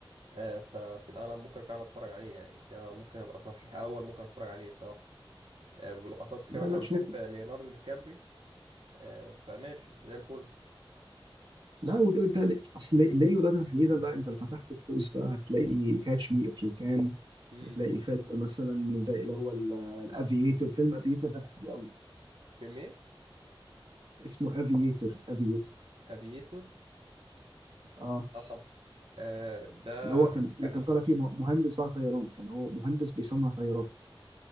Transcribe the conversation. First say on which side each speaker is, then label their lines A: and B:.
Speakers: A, on the right (about 75°); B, on the right (about 60°).
A: آه، ففي الأغلب ممكن فعلا أتفرج عليه يعني ده ممكن أبقى ترشيح أول ممكن أتفرج عليه الصراحة آه، بالأخص
B: لا
A: كمان
B: لا
A: أنا بحب
B: شوفه
A: ليوناردو دي كابري آه، فماشي زي الفل
B: لا وده بالتالي اصل ليو ده تحديدا بقى انت لو فتحت القوس بقى هتلاقي كاتش مي اف يو كان
A: امم
B: هتلاقي فيلم مثلا زي اللي هو الافييتور فيلم افييتور ده بحبه قوي
A: فيلم إيه؟
B: اسمه افييتور افييتور
A: أفييتور
B: اه
A: آه. آه ده
B: اللي هو كان اللي
A: كان
B: كان طالع فيه م- مهندس بقى طيران كان هو مهندس بيصنع طيارات